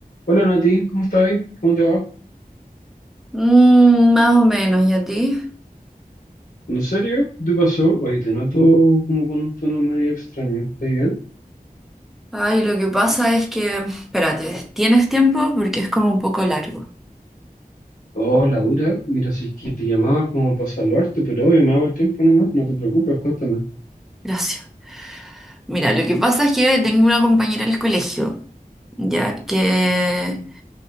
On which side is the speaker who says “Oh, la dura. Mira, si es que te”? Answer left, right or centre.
Left